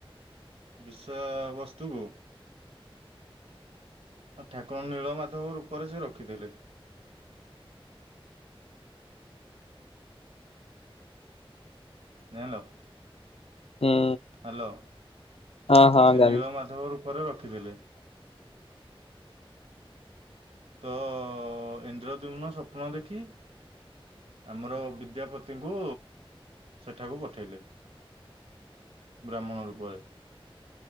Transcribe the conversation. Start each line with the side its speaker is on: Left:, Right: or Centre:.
Right: ବିଶ୍ଵାବସ୍ତୁକୁ ଠାକୁରଙ୍କୁ ନୀଳମାଧବ ରୂପରେ ସେ ରଖିଥିଲେ। ଜାଣିଲ।
Left: ହୁଁ।
Right: ହ୍ୟାଲୋ,
Left: ହଁ ହଁ
Right: ସେ
Left: ଜାଣିଲି।
Right: ନୀଳ ମାଧବ ରୂପରେ ରଖିଥିଲେ। ତ ଇନ୍ଦ୍ରଦ୍ୟୁମ୍ନ ସ୍ୱପ୍ନ ଦେଖି ଆମର ବିଦ୍ୟାପତିଙ୍କୁ ସେଠାକୁ ପଠେଇଲେ। ବ୍ରାହ୍ମଣ ରୂପରେ।